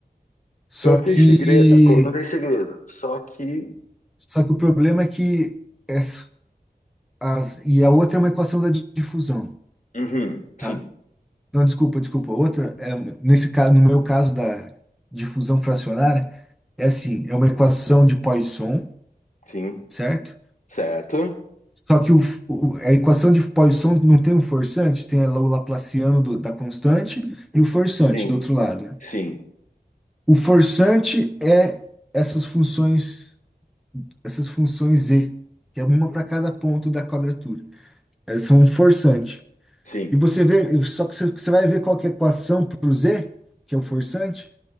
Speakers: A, in the centre; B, on the left.
A: Só
B: Então não tem
A: que,
B: segredo, então não tem segredo. Só que,
A: só que o problema é que essa, as- e a outra é uma equação da di- difusão,
B: Uhum,
A: tá?
B: sim,
A: Não, desculpa, desculpa. Outra é nesse caso, no meu caso da difusão fracionária, é assim, é uma equação de Poisson,
B: sim,
A: certo?
B: certo?
A: Só que o, o- a equação de Poisson não tem um forçante, tem lá o Laplaciano do- da constante e o forçante
B: Sim,
A: do outro lado.
B: sim,
A: O forçante é essas funções, essas funções z, que é uma para cada ponto da quadratura. Elas são um forçante.
B: sim.
A: E você vê, só que você, você vai ver qual que é a equação para o z, que é o forçante,